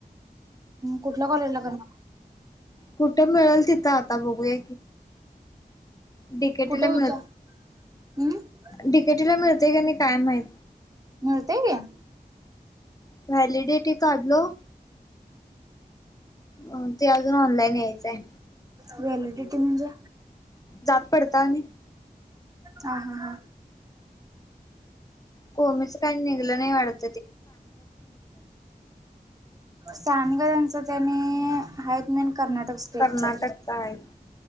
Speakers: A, on the right; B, on the left.
A: कुठल्या कॉलेज ला करणा
B: कुठे मिळेल तिथं आता बघूया. डि के
A: कुठे
B: टी ला
A: विचार
B: मिळ.
A: हम्म
B: डी के टी ला मिळतय का नाही काय माहित.
A: मिळतय की ह.
B: व्हॅलिडिटी काढलो अ ते अजून ऑनलाईन यायचंय.
A: व्हॅलिडिटी म्हणजे
B: जात पडताळणी
A: हा हा हा.
B: कोमीच काही निघलं नाही वाढत.
A: सानी हा तेनी आहित मेन कर्नाटक स्टेट
B: कर्नाटकचा
A: च.
B: आहे